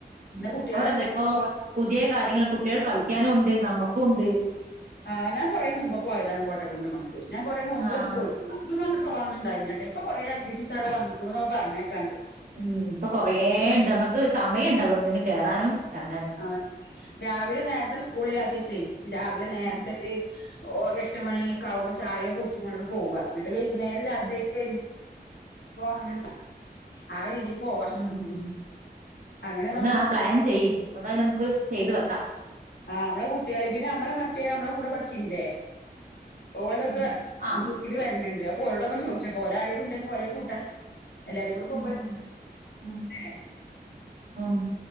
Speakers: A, on the right (about 50°); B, on the left (about 80°).
A: ഉം
B: ഇന്ന് കുട്ടികളെ
A: അവിടെ എന്തൊക്കോ
B: പോവാ
A: പുതിയ കാര്യങ്ങള് കുട്ട്യേൾക്ക് കളിക്കാനും ഉണ്ട് നമ്മക്കും ഉണ്ട്.
B: ആ ഞാൻ. കൊറേ മുമ്പ് പോയതാണ് കോട്ടകൂന്ന്മ്മക്ക് ഞാൻ കൊറെ മുമ്പൊന്ന്
A: ആഹ്
B: പോയി തോനെന്നുംണ്ടായില്ലാട്ടോ ഇപ്പ കൊറേ ആക്റ്റിവിറ്റീസൊക്കെ വന്നൂക്ക്ണ്ന്ന് പറഞ്ഞേക്കാണ്ട്
A: ഉം ഇപ്പൊ കൊറേണ്ട് നമ്മക്ക് സമയംണ്ടാവ ഒന്നിനും കേറാനും എറങ്ങാനും
B: ആ രാവിലെ നേരത്തെ സ്കൂൾ ലാത്തി സേ രാവിലെ നേരത്തെ
A: ഉം
B: ഒരു ഓ എട്ട് മണിയ ഒക്കെ ആവുമ്പോ ചായെ കുട്ച്ച്ക്കാണ്ട് ആണ്ട് പോവ ഇങ്ങട്ട് വൈകുന്നേരം രാത്രിയായിട്ട്
A: ഉം
B: വരു അപ്പൊ അങ്ങനെ ആ രീതിൽ പോവാ
A: ഉം ഉം ഉം
B: അങ്ങനെ ഒന്നന്ന്
A: ഒന്ന് ആ പ്ലാൻ ചെയ് ഒന്നായി നമുക്ക് ചെയ്തു വെക്കാം
B: ആ നമ്മളെ കുട്ടികള പിന്നെ നമ്മളെ മറ്റേ നമ്മളെ കൂടെ പഠിച്ചിന്നില്ലേ ഓലൊക്കെ
A: ഉം ആഹ്
B: ഗ്രൂപ്പില് വര്ല്ണ്ട്. അപ്പോ ഓരോടൊക്കെ ചോദിച്ചക്ക ഓല ആരേലും ഉണ്ടെങ്കി ഓല കൂട്ടാ എല്ലാരും കൂടെ പോകുമ്പോ
A: ഉം ഉം ഉം
B: ല്ലേ
A: ഉം